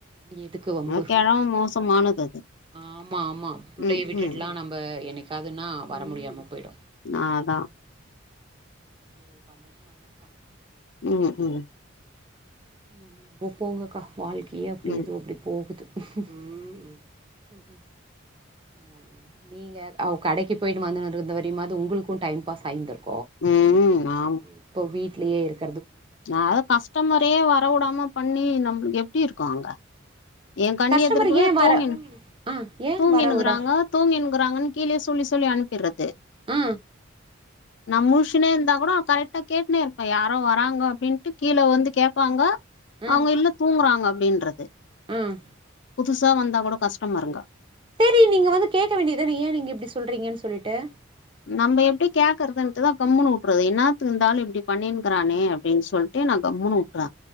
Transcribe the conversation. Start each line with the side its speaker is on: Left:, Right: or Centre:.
Right: எதுக்கு வம்பு
Left: அந்த கெழவ மோசமானது அது
Right: ஆமா ஆமா புள்ளைய
Left: ம்
Right: விட்டுட்லா
Left: ம்
Right: நம்ப என்னைக்காதுன்னா வர முடியாம பொய்டு
Left: ஆ‌ ‌அதா
Right: நீங்க வந்தது நல்லத்தா
Left: ம் ம்
Right: என்னமோ போங்கக்கா வாழ்க்கையே அப்டி
Left: ம்
Right: எதோ அப்டி போகுது ம் ம் ஆ நீங்க அவ் கடைக்கு போயிட்டு வந்துன்னு இருந்த வரையுமாவ்து உங்களுக்கூ டைம் பாஸ் ஆயிந்துருக்
Left: ம் ம் ஆ
Right: இப்போ வீட்லயே இருக்
Left: நா அதா கஸ்டமரையே வர உடாம பண்ணி நம்ப்ளுக்கு எப்டி இருக்கூ அங்க ஏ கண்ணு
Right: கஸ்டமர்
Left: எதுர்க்கவே
Right: ஏ
Left: தூங்கினு
Right: வர ஆ ஏ
Left: தூங்கினுக்கிறாங்க
Right: வர விட
Left: தூங்கினுக்கிறாங்கன் கீழே சொல்லி சொல்லி அனுப்பிர்றது
Right: ஆ
Left: நா முழுச்சுன்னே இந்தா கூட கரெக்டா கேட்டுனே இருப்ப யாரோ வராங்கோ அப்டின்ட்டு கீழ வந்து கேப்பாங்க
Right: ம்
Left: அவங்க இல்ல தூங்குறாங்க அப்டின்றது
Right: ம்
Left: புதுசா வந்தா கூட கஸ்டமருங்க
Right: செரி நீங்க வந்து கேக்க வேண்டியதுதானே ஏ நீங்க இப்டி சொல்றீங்கன் சொல்லிட்டு
Left: நம்ப எப்படி கேக்குறதுன்ட்டுதா கம்முன்னு‌ உட்டுறது என்னாத்துக்கு இந்த ஆளு இப்டி பண்ணின்னுக்கிறானே அப்டின் சொல்லிட்டு நா கம்முன்னு உட்டுறே